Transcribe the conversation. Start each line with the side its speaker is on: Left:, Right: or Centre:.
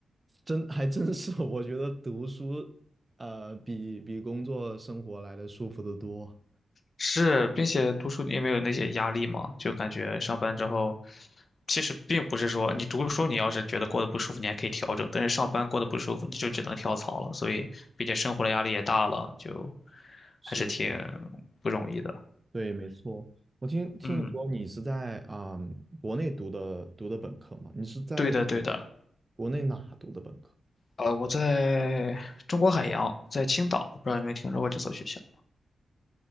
Right: 真还真是，<laughs> 我觉得读书呃比比工作生活来的舒服得多。
Left: 是，并且读书你也没有那些压力嘛，就感觉上班之后，其实并不是说你读书，你要是觉得过得不舒服，你还可以调整，但是上班过得不舒服，你就只能跳槽了。所以，并且生活的压力也大了，就
Right: 是，
Left: 还是挺不容易的。
Right: 对，没错。我听听你说你是在啊、
Left: 嗯，
Right: 国内读的读的本科吗？你是在
Left: 对的，对的。
Right: 国内哪读的本科？
Left: 呃，我在中国海洋，在青岛，不知道有没有听说过这所学校。